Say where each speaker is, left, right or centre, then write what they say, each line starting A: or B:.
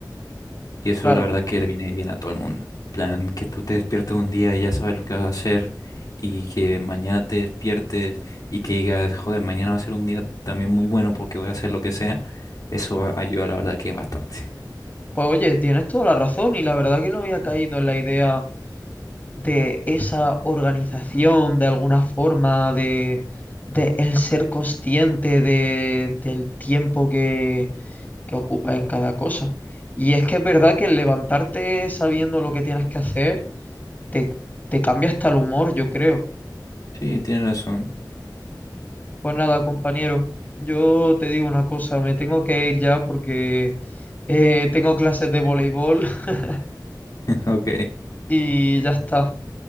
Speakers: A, on the left; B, on the left.
A: Y eso
B: Claro,
A: la verdad que le viene bien a todo el mundo. Plan, que tú te despiertes un día y ya sabes lo que vas a hacer y que mañana te despiertes y que digas, joder, mañana va a ser un día también muy bueno porque voy a hacer lo que sea. Eso va- ayuda la verdad que bastante.
B: pues oye, tienes toda la razón y la verdad que no había caído en la idea de esa organización de alguna forma, de, de el ser consciente de, del tiempo que que ocupas en cada cosa. Y es que es verdad que el levantarte sabiendo lo que tienes que hacer te, te cambia hasta el humor, yo creo.
A: Sí, tienes razón.
B: Pues nada, compañero, yo te digo una cosa, me tengo que ir ya porque eh, tengo clases de voleibol <laughs>
A: <laughs> Ok,
B: y ya está.